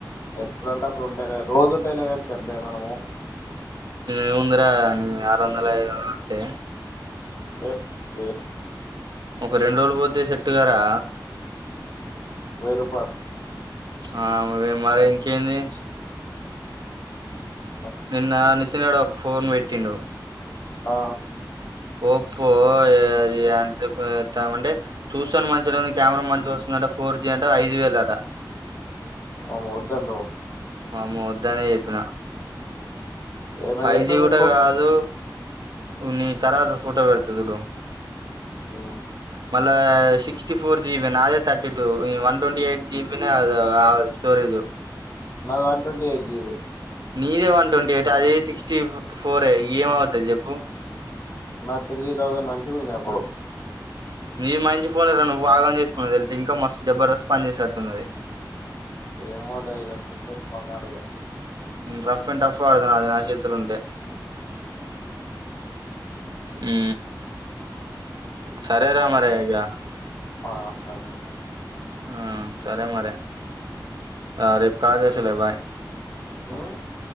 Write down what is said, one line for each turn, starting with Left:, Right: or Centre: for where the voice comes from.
Left: ఎప్పుడంటప్పుడు ఉంటదే రోజు ఉంటేలే కాని చెద్దాయి మనము
Right: ఏముందిరా ఆరు వందల ఐదు వందల వస్తే
Left: ఆ ఆ
Right: ఒక రెండు రోజులు పోతే చెట్టు గారా
Left: మీరు
Right: ఆ మరి ఇంకేంది
Left: స
Right: నిన్న నిత్యన్ నడు ఫోన్ పేట్టిండు
Left: ఆ
Right: ఒప్పో అది అ అంటే చూస్తాను మంచిగా కెమెరా మంచిగా వస్తుందింట ఫోర్ జి అంటే ఐదు వేలు అట
Left: వామ్మో వద్దాందో
Right: వామ్మో వద్దానే చేపినా
Left: ఏమ
Right: ఫైవ్
Left: ఎట్లుంది
Right: జి కూడా
Left: ఫోను
Right: కాదు నీ తర్వాత ఫోటో పెడుతు చడు
Left: ఓ
Right: మళ్ళా సిక్స్టీ ఫోర్ జిబిని అదే thirty two one twenty eight GB అ స్టోరేజ్
Left: అది వన్ ట్వంటీ ఎయిట్ జీ
Right: నీదే వన్ ట్వంటీ ఎయిట్ అదే సిక్స్టీ ఫోర్ ఏమవుతుది చెప్పు
Left: నా త్రీ థౌసండ్ మంచి ఉంది అప్పుడు
Right: మీరు మంచి ఫోన్లను నువ్వు ఆగం చేసుకుని తెలిసి ఇంకా మస్తు జబర్దస్త్ పనిచేసేట్టున్నది
Left: ఏమో లే ఇగ ఫడ్ం పోనాలిక
Right: రఫ్ అండ్ టడఫ ఆదన్నా అద ఆశీత ఉంటే అ సరేరా మారి అయ్యా
Left: ఆ సరే అ
Right: ఆ సరే మరి ఆ రేపు కాల్ చేస్తాలే బాయ్
Left: ఆ <unintelligible>